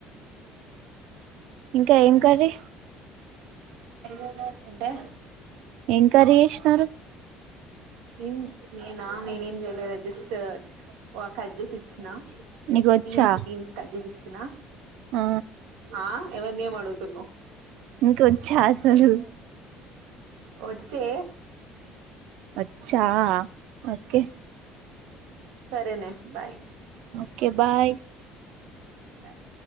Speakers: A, on the right; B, on the right.
A: <inaudible>
B: ఇంకా ఏం కర్రీ
A: ఏంటే
B: ఏం కర్రీ చేసినారు
A: ఏం నేనా నేనేం చేయలేదే జస్ట్ ఒ కడ్జేసిచ్చినా
B: నీకు వచ్చా
A: బీన్స్ బీన్స్ కడ్జేసిచ్చినా
B: ఆ
A: ఆ ఎవర్ని ఏం అడుగుతున్నావ్
B: నీకొచ్చా అసలు
A: వచ్చే
B: అచ్చా ఓకే
A: సరేనే బాయ్
B: ఓకేే బాయ్
A: బాయ్